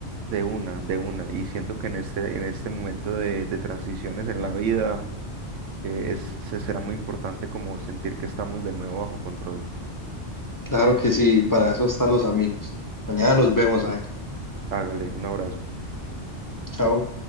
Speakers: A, on the right; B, on the left.
A: De una, de una. Y siento que en este, en este momento de, de transiciones en la vida eh, es, se será muy importante como sentir que estamos de nuevo bajo control.
B: Claro que sí, para eso están los amigos. Mañana nos vemos ahí.
A: Hágale, un abrazo.
B: Chao.